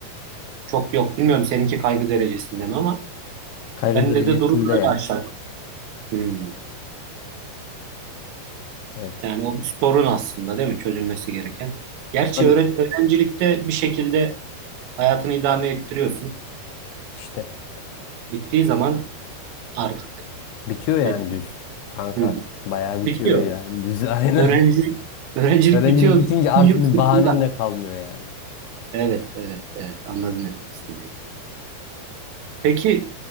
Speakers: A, on the right; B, on the left.
A: çok yok. Bilmiyorum seninki kaygı derecesinde mi ama
B: Kaygı
A: bende
B: derecesinde
A: de durum böyle
B: ya.
A: aşağı. yukarı. Hmm.
B: Evet.
A: Yani o bir sorun aslında değil mi? Çözülmesi gereken. Gerçi
B: Tabii.
A: öğre- öğrencilikte bir şekilde hayatını idame ettiriyorsun.
B: İşte
A: Bittiği zaman artık
B: bitiyor yani
A: ne-
B: düz kanka.
A: hmm,
B: Bayağı bitiyor
A: bitiyor.
B: yani düz <laughs> aynen.
A: Öğrencilik, öğrencilik
B: Öğrencilik
A: bitiyor.
B: bitince
A: Bütün
B: artık
A: yük
B: bir
A: sırtında.
B: bahanen de kalmıyor yani.
A: Evet, evet, evet. Anladım ne demek istediğini. Peki